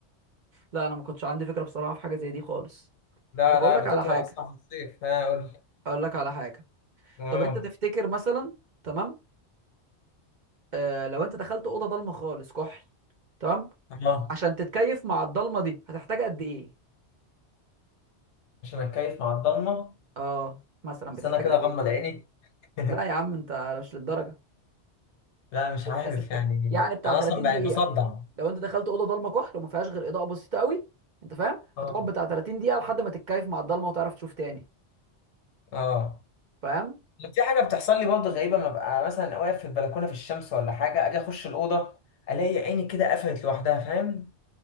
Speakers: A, on the right; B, on the left.
A: لا انا ما كنتش عندي فكره بصراحه في حاجه زي دي خالص
B: لا
A: طب اقول
B: لا
A: لك
B: بتطول
A: على حاجه
B: أصلا في الصيف ها قول لي
A: اقول لك على حاجه
B: اه
A: طب انت تفتكر مثلا تمام آه لو انت دخلت اوضه ضلمه خالص كحل تمام
B: اه
A: عشان تتكيف مع الضلمه دي هتحتاج قد ايه
B: عشان أتكيف مع الضلمة
A: اه مثلا
B: بس
A: بتحتاج
B: أنا كده
A: قد
B: أغمض
A: ايه
B: عيني <laughs>
A: لا يا عم انت مش للدرجه
B: لا مش
A: بتحسب
B: عارف
A: كده
B: يعني
A: يعني بتاع
B: أنا
A: 30
B: أصلا
A: دقيقه
B: يعني بصدع
A: لو انت دخلت اوضه ضلمه كحل وما فيهاش غير اضاءه بسيطه قوي انت فاهم
B: اه
A: هتقعد بتاع 30 دقيقه لحد ما تتكيف مع الضلمه وتعرف تشوف تاني
B: اه
A: فاهم
B: في حاجة بتحصل لي برضه غريبة ما ببقى مثلا واقف في البلكونة في الشمس ولا حاجة أجي أخش الأوضة ألاقي عيني كده قفلت لوحدها فاهم